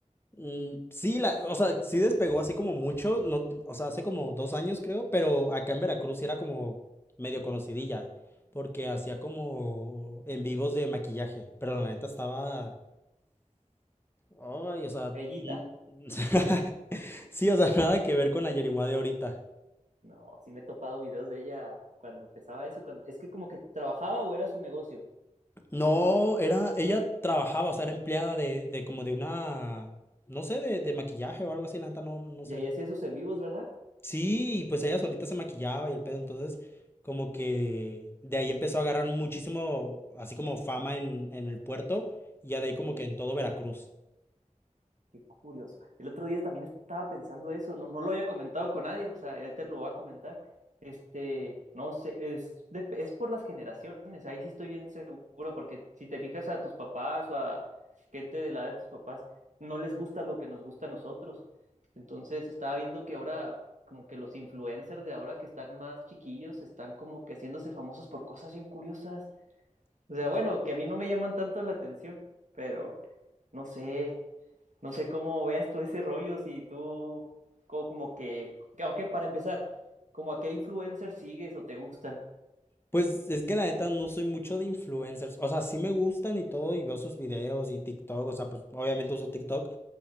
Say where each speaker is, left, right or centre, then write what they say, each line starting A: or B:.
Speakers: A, on the left; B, on the right.
A: Mm, sí, la, o sea, sí despegó así como mucho, no, o sea, hace como dos años creo, pero acá en Veracruz sí era como medio conocidilla, porque hacía como en vivos de maquillaje, pero la neta estaba... Ay, o sea...
B: Bellita.
A: no- <laughs> Sí, o sea, nada que ver con la Yerimua de ahorita.
B: No, sí me he topado videos de ella cuando empezaba eso. Cuando, es que como que trabajaba o era su negocio.
A: No, era, ella trabajaba, o sea, era empleada de, de como de una, no sé, de, de maquillaje o algo así, la neta, no, no
B: Y
A: sé.
B: ahí hacía sus en vivos, ¿verdad?
A: Sí, y pues ella solita se maquillaba y el pedo, entonces como que de ahí empezó a agarrar muchísimo, así como fama en, en el puerto y ya de
B: Ujú.
A: ahí como que en todo Veracruz.
B: Qué curioso. El otro día también estaba pensando eso, no, no lo había comentado con nadie, o sea, ahí te lo voy a comentar. Este, no sé, es, de- es por las generaciones, ahí sí estoy bien seguro, porque si te fijas a tus papás o a gente de la edad de tus papás, no les gusta lo que nos gusta a nosotros. Entonces estaba viendo que ahora, como que los influencers de ahora que están más chiquillos, están como que haciéndose famosos por cosas bien curiosas. O sea, bueno, que a mí no me llaman tanto la atención, pero no sé. No sé cómo veas tú ese rollo, si tú co- como que, que- o que para empezar, como a qué influencers sigues o te gustan.
A: Pues es que la neta no soy mucho de influencers, o sea, sí me gustan y todo y veo sus videos y TikTok, o sea, pues obviamente uso TikTok,